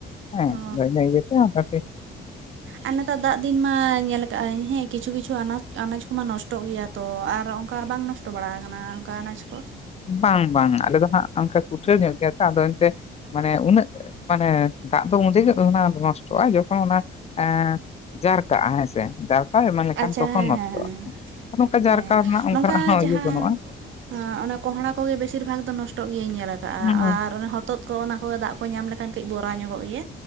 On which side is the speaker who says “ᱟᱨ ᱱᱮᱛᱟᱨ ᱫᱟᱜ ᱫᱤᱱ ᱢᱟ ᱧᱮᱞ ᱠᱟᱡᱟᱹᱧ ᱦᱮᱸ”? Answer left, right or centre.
Right